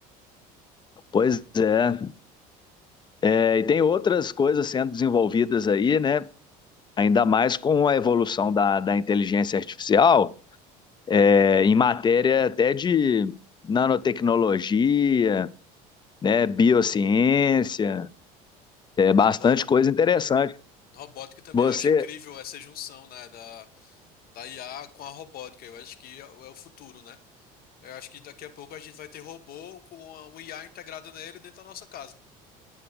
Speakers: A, on the left; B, on the left.
A: Pois é. é. E tem outras coisas sendo desenvolvidas aí, né? Ainda mais com a evolução da, da inteligência artificial, é, em matéria até de nanotecnologia, né, biociência, é bastante
B: Robótica.
A: coisa interessante.
B: Robótica também,
A: Você,
B: eu acho incrível essa junção, né, da, da IA com a robótica. Eu acho que é é o futuro, né? Eu acho que daqui a pouco a gente vai ter robô com a- um IA integrado nele dentro da nossa casa.